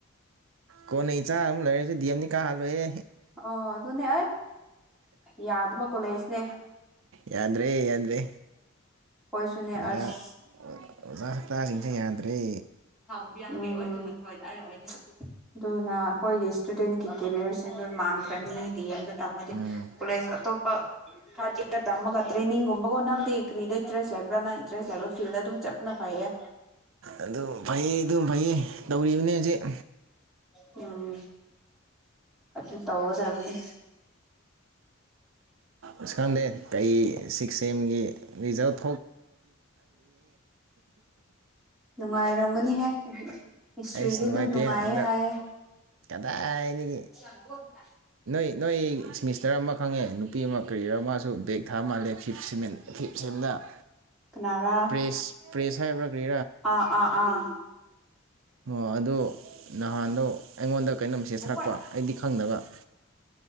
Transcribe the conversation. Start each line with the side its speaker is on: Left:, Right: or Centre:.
Right: ꯀꯣꯟꯅꯩ ꯏꯆꯥ ꯑꯃꯨꯛ ꯂꯩꯔꯁꯨꯦ ꯗꯤ ꯑꯦꯝꯅꯤ ꯀꯥꯍꯜꯂꯨꯍꯦ
Centre: ꯑꯣ ꯑꯗꯨꯅꯦ ꯌꯥꯗꯕ ꯀꯂꯩꯁꯅꯦ
Right: ꯌꯥ ꯗ꯭ꯔꯦ ꯌꯥꯗ꯭ꯔꯦ
Centre: ꯍꯣꯏꯁꯨꯅꯦ
Right: ꯑꯣꯖꯥ
Centre: ꯑꯁ
Right: ꯑꯣꯖꯥ ꯁꯛꯇꯥꯁꯤꯡꯁꯦ ꯌꯥꯗ꯭ꯔꯦ
Centre: ꯑꯗꯨꯅ ꯑꯩꯈꯣꯏꯒꯤ ꯁ꯭ꯇꯨꯗꯦꯟꯒꯤ ꯀꯦꯔꯤꯌꯔꯁꯦ ꯂꯣꯢ ꯃꯥꯡꯈ꯭ꯔꯅꯤ ꯗꯤ ꯑꯦꯝꯗ ꯇꯝꯃ
Right: ꯎꯝ
Centre: ꯀꯣꯂꯦꯁ ꯑꯇꯣꯞꯄ ꯊꯥꯖꯒ ꯇꯝꯃꯒ ꯇ꯭ꯔꯦꯅꯤꯡꯒꯨꯝꯕꯒꯣ ꯅꯪꯦ ꯀꯔꯤꯗ ꯏꯟꯇꯔꯦꯁ ꯂꯩꯕ꯭ꯔꯅꯟꯇꯔꯦꯁ ꯂꯩꯕ꯭ꯔ ꯐꯜꯗ ꯑꯗꯨꯝ ꯆꯠꯄ ꯅ ꯐꯩꯌꯦ
Right: ꯑꯗꯨ ꯐꯩꯌꯦ ꯑꯗꯨꯝ ꯐꯩꯌꯦ ꯇꯧꯔꯤꯕꯅꯤ ꯍꯧꯖꯤꯛ
Centre: ꯎꯝ ꯑꯗꯨ ꯇ ꯑꯣꯗꯕꯅꯤ
Right: ꯑꯁ ꯈꯪꯗꯦ ꯀꯩ ꯁꯤꯛꯁ ꯑꯦꯝꯒꯤ ꯔꯤꯖꯜꯠ
Centre: ꯅꯨꯡꯉꯥꯏꯔꯝꯒꯅꯤꯍꯦ ꯍꯤꯁꯇ꯭ꯔꯤꯗꯤ
Right: ꯑꯩꯁ ꯅꯨꯡꯉꯥꯏꯇꯦ
Centre: ꯑꯗꯨꯝ ꯅꯨꯡꯉꯥꯏꯌꯦ
Right: ꯑꯗ
Centre: ꯍꯥꯏꯌꯦ
Right: ꯀꯗꯥꯏꯗꯩꯩ
Centre: <inaudible>
Right: ꯅꯣꯏ ꯁꯦꯃꯤꯁꯇꯔ ꯑꯃ ꯈꯪꯉꯦ ꯅꯨꯄꯤ ꯑꯃ ꯀꯔꯤꯔꯥ ꯑꯃꯁꯨ ꯕꯦꯛ ꯊꯥ ꯃꯥꯜꯂꯦ ꯐꯤꯞ ꯁꯦ ꯐꯤꯞ ꯁꯦꯝꯗ
Centre: ꯀꯅꯥꯔꯥ
Right: ꯄ꯭ꯔꯦꯁ ꯄ꯭ꯔꯦꯁ ꯍ ꯀꯔꯤ
Centre: ꯑꯥ ꯑꯥ ꯑꯥ
Right: ꯑꯣ ꯑꯗꯣ ꯅꯍꯥꯟꯗꯣ ꯑꯩꯉꯣꯟꯗ ꯀꯩꯅꯣ ꯃꯦꯁꯦꯖ
Centre: ꯃꯣ
Right: ꯊꯥꯔꯛꯄ ꯑꯩꯗꯤ ꯈꯪꯗꯕ